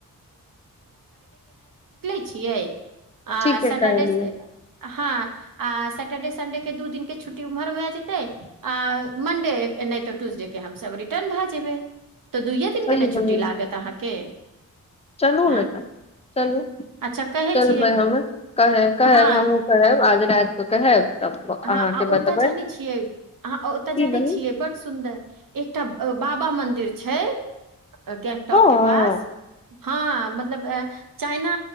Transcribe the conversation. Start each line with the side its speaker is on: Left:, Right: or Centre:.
Right: छियै आ
Left: ठीके
Right: सटरडे
Left: कहलियै
Right: से हां आ सैटरडे संडे के दू दिन के छुट्टी उम्हर भए जेतै आ मनडे नहि तऽ ट्यूजडे के हमसब रिटर्न भय जेबै तऽ दुइये दिन
Left: सही
Right: के ने छुट्टी
Left: बोललियै
Right: लागत अहाँके
Left: चलू
Right: हँ
Left: ने तऽ चलू
Right: अच्छा कहै
Left: चलबै
Right: छियै
Left: हमे कहे कहेब
Right: हँ
Left: हमहुँ कहेब आ रात क कहब तब अहाँके
Right: हँ आ
Left: बतेबै
Right: ओतऽ जाने छियै अहां ओतय
Left: की
Right: जाने
Left: बहिन
Right: छियै बड सुन्दर एकटा बाबा मन्दिर मिर छैइ गेंगटोक
Left: हँ
Right: के पास हँ मतलब चाइना